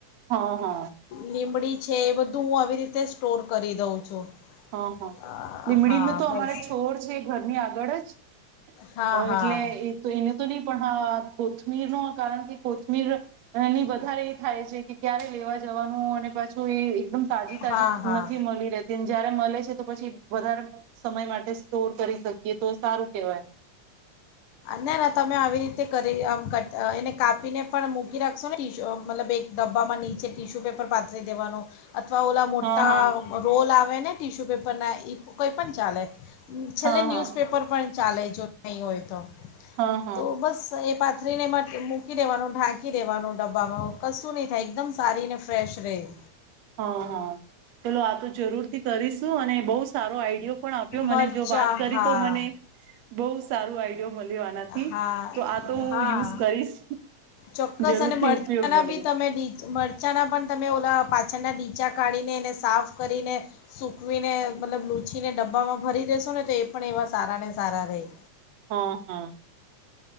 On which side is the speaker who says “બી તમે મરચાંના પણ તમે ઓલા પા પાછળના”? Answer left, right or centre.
Left